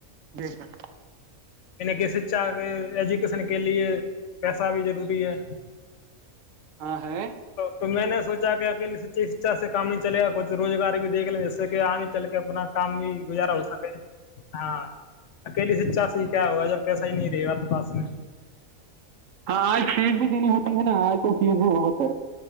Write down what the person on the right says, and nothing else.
بیشک
ہاں ہے
ہاں آج فیز بھی جتی ہوتی ہے نا آج تو فیز بھی بہت ہے